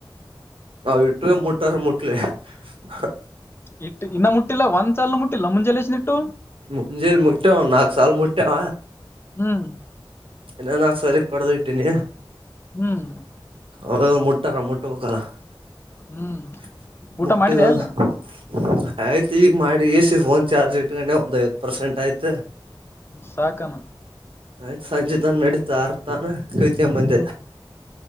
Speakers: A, on the right; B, on the left.
A: ಇಟ್ಟು ಮುಟ್ಟಟ್ಟ. ಯು. <unintelligible>
B: ಇಟ್ಟು ಇನ್ನು ಮುಟ್ಟಿಲ್ಲ ಒಂದ್ಸಲಲು ಮುಟ್ಟಿಲ್ಲ ಮುಂಜೆ ಲಸನ ಇಟ್ಟು.
A: ಮುಂಜೇಲಿ ಮುಟ್ಟೆವ ನಾಕು ಸಾಲಲ್ ಮುಟ್ಟಾವ.
B: ಹ್ಮ್
A: ನಾನಾಕ್ ಸಾರಿ ಕಡ್ದ ಇಟ್ಟೀನಿ.
B: ಹ್ಮ್
A: ಅವ ಮುಟ್ಟಕ ಮುಟ್ಟಬೇಕಲ್ಲ.
B: ಹ್ಮ್.
A: <inaudible> <unintelligible>
B: ಊಟ ಮಾಡಿದೆ ಅಲ್ಲ
A: ಆಯ್ತು ಈಗ ಮಾಡಿ ಎಸ ಫೋನ್ ಚಾರ್ಜ್ ಇಟ್ಕೊಂಡವು. ಒಂದಐವತ್ತು ಪರ್ಸೆಂಟ್ ಆಯ್ತು.
B: ಸಾಕನ
A: ಆಯ್ತತ್ ಸಂಜೆ ತಾನ ನಡೀತ ಆರ್ತಾನ. ಕೃತ್ಯಬಂದ.
B: ಹ್ಮ್